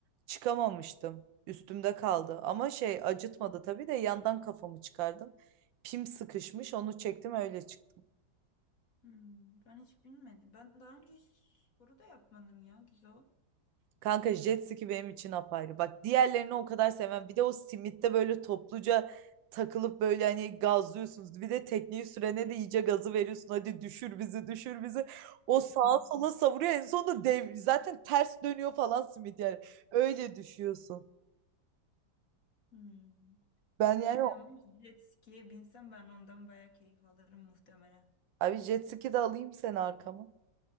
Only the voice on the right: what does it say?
Çıkamamıştım. Üstümde kaldı. Ama şey acıtmadı tabii de yandan kafamı çıkardım. Pim sıkışmış onu çektim öyle çıktım.
Kanka jet ski benim için apayrı. Bak diğerlerini o kadar sevmem. Bir de o simitte böyle topluca takılıp böyle hani gazlıyorsunuz. Bir de tekneyi sürene de iyice gazı veriyorsun. Hadi düşür bizi, düşür bizi. O sağa
sola savuruyor. En sonunda dev, zaten ters dönüyor falan simit yani. Öyle düşüyorsun.
Ben
yani o-
abi jet ski de alayım seni arkama.